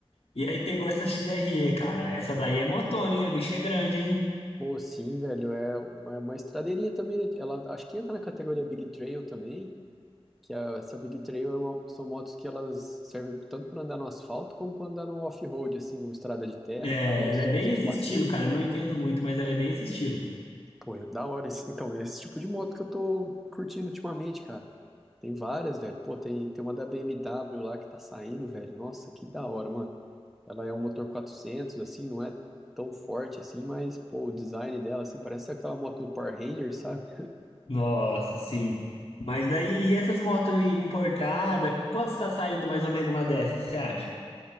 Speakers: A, on the left; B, in the centre.
A: E aí pegou essa XRE, cara. Essa daí é motona, hein? A bicha é grande, hein?
B: Pô, sim, velho, é, uma- é uma estradeirinha também, né? Ela acho que entra na categoria Big Trail também. que a- essa Big Trail é uma- são motos que elas servem tanto para andar no asfalto como para andar no off-road, assim, numa estrada de terra,
A: É,
B: tal,
A: ela é bem
B: fazer uns
A: esse
B: passeios.
A: estilo, cara. Eu não entendo muito, mas ela é bem esse estilo.
B: Pô, é da hora. esse- Então, é esse tipo de moto que eu tô curtindo ultimamente, cara. Tem várias, velho. Pô, tem, tem uma da BMW lá que tá saindo, velho. Nossa, que da hora, mano. Ela é um motor 400 assim, não é tão forte assim, mas, pô, o design dela, assim, parece aquela moto do Power Rangers, sabe?
A: Nossa, sim. Mas daí, e essas motos importadas? Quanto está saindo mais ou menos uma dessas, você acha?